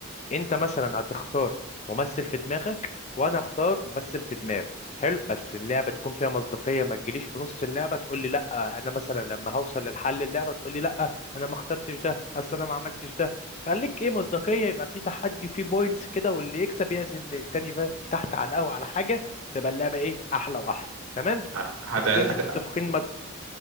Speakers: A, on the left (about 30°); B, on the right (about 70°).
A: انت مثلا هتختار ممثل في دماغك وانا اختار ممثل في دماغي حلو بس اللعبه تكون فيها مصداقيه ما تجيليش في نص اللعبه تقول لي لا انا مثلا لما هوصل للحل اللعبه تقول لي لا انا ما اخترتش ده اصل انا ما عملتش ده خليك ايه مصداقيه يبقى في تحدي في بوينتس كده واللي يكسب يعزم للتاني بقى في- تحت على القهوه على حاجه تبقى اللعبه ايه احلى واحلى تمام
B: ه- هت...
A: متفقين
B: هت...
A: متفقين مد-